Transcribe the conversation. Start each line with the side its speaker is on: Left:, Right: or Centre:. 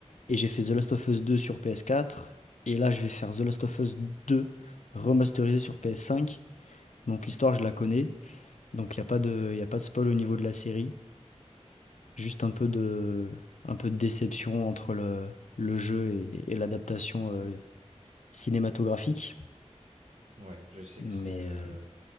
Left: et j'ai fait The Last of Us 2 sur PS4, et là je vais faire The Last of Us 2 remasterisé sur PS5. Donc l'histoire, je la connais. Donc il n'y a pas de, il a pas de spoil au niveau de la série, juste un peu de, un peu de déception entre le, le jeu et, et l'adaptation euh, cinématographique.
Right: Ouais, je sais
Left: Mais
Right: que c'est le,
Left: euh,